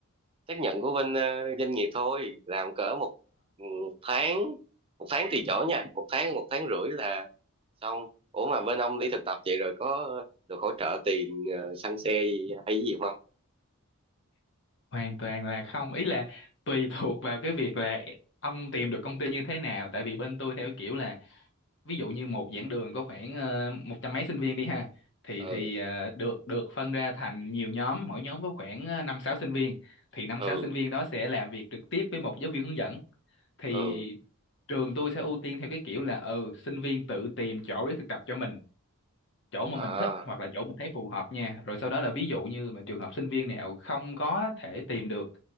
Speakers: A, on the right; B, on the left.
A: xác nhận của bên ờ, doanh nghiệp thôi làm cỡ một ừ, tháng một tháng tùy chỗ nha một tháng một tháng rưỡi là xong ủa mà bên ông đi thực tập vậy rồi có được hỗ trợ tiền ờ, xăng xe gì hay gì không
B: hoàn toàn là không ý là tùy thuộc vào cái việc là ông tìm được công ty như thế nào tại vì bên tôi theo kiểu là ví dụ như một giảng đường có khoảng ờ, một trăm mấy sinh viên đi ha thì
A: ừ
B: thì ờ, được được phân ra thành nhiều nhóm mỗi nhóm có khoảng ờ, năm sáu sinh viên thì năm
A: ừ
B: sáu sinh viên đó sẽ làm việc trực tiếp với một giáo viên hướng dẫn thì
A: ừ
B: trường tôi sẽ ưu tiên theo cái kiểu là ừ sinh viên tự tìm chỗ để thực tập cho mình chỗ mà
A: à
B: mình thích hoặc là chỗ mình thấy phù hợp nha rồi sau đó là ví dụ như mà trường hợp sinh viên nào không có thể tìm được